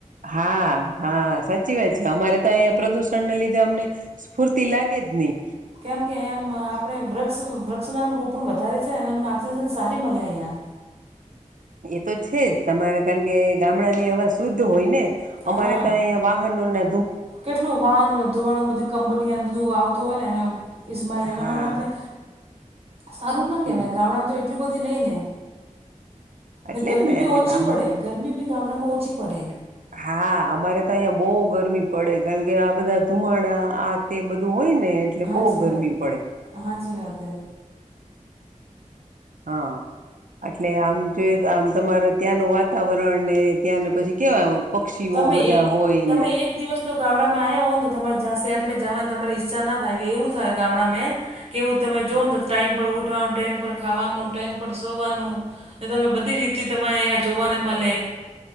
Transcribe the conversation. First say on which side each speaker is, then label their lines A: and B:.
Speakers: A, on the right; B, on the right.
A: હા, હા સાચી વાત છે. અમારે તો અહીયાં પ્રદુષણને લીધે અમને સ્ફૂર્તિ લાગે જ ની.
B: કેમ કે એમ આપણે વૃક્ષ વૃક્ષનાનું રોપણ વધારે છે અને મને ઓઑક્સિજન સારી મલે અહીંયા.
A: એ તો છે જ તમારે કારણ કે ગામડાની અવાજ શુદ્ધ હોય ને. અમારે
B: હા
A: તો અહિયાં વાહનોને
B: કેટલું વાહનો ધોવાણ બધી કંપની એમ બધું આવતું હોયને એણે ઈસ્માઈલ એના
A: હા
B: માટે આપને સારું ના કેવાય
A: હમ
B: ગામડામાં તો એટલું બધું નઈ ને.
A: એટલે
B: ને ગરમી
A: જ એટલે
B: બી ઓછી
A: ગામડ
B: પડે ગરમી બી ગામડામાં ઓછી પડે.
A: હા, અમારે તો અહિયાં બઉ ગરમી પડે જેમ કે આ બધા ધુમાડા આ તે બધું હોય ને એટલે
B: હાચી
A: બહુ ગરમી
B: વાત,
A: પડે
B: હાચી વાત હે.
A: હન. એટલે આમ જોઈ તો આમ તમારે ત્યાંનું વાતાવરણને ત્યાંનું પછી કેવા આવ પક્ષીઓ
B: તમે
A: બધા
B: એક
A: હોયને.
B: તમે એક દિવસ તો ગામડામાં આયા હોય ન તો તમાર શહેરમાં જા શહેર મે જાવાન તમાર ઈચ્છા ના થાય કે એવું થાય ગામડામાં હે. કેવું તમે જોઓને
A: હા
B: તો ટાઈઇમ પર ઉઠવાનું ટાઈમ પર ખાવાનું, ટાઈમ પર સોવાનું અને તમે બધી રીતી તમાર યાં જોવાને મલે.